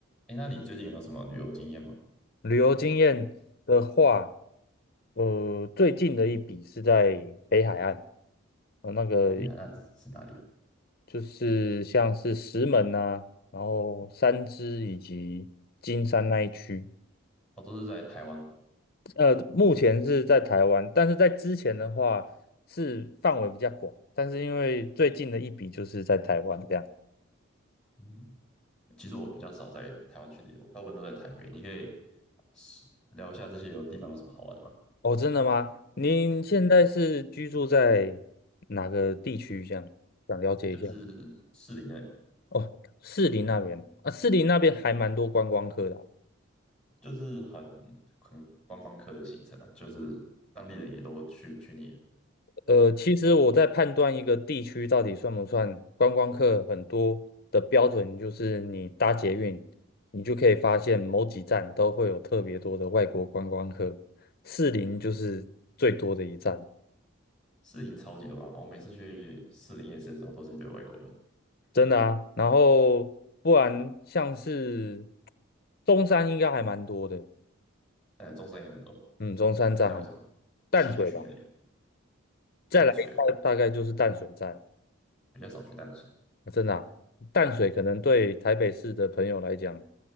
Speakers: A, in the centre; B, on the left (about 45°).
A: 哎，那你最近有什么旅游经验吗？
B: 旅游经验的话，呃，最近的一笔是在北海岸，呃，那个
A: 北海岸是哪里啊？
B: 就是像是石门呐，然后三芝以及金山那一区，
A: 哦，都是在台湾。
B: 呃，目前是在台湾，但是在之前的话是范围比较广，但是因为最近的一笔就是在台湾这样。
A: 嗯，其实我比较少在台湾去旅游，大部分都在台北。你可以是聊一下这些有地方有什么好玩的吗？
B: 哦，真的吗？您现在是居住在哪个地区？
A: 嗯，
B: 这样想了解一下。
A: 就是士林那里，
B: 哦，士林那边啊，士林那边还蛮多观光客的啊
A: 就是很很观光客的行程啊，就是当地人也都去去腻了。
B: 呃，其实我在判断一个地区到底算不算观光客很多的标准，就是你搭捷运，你就可以发现某几站都会有特别多的外国观光客，士林就是最多的一站，
A: 士林超级多啊，我每次去士林夜市的时候都是一堆外国人，
B: 真的啊。然后不然像是中山应该还蛮多的，
A: 呃，中山也很多，
B: 嗯，中山站还
A: 还有什么
B: 淡水吧，
A: 新义区那里，淡水哦，
B: 再来一大大概就是淡水站。
A: 比较少去淡水。
B: 啊真的啊淡水可能对台北市的朋友来讲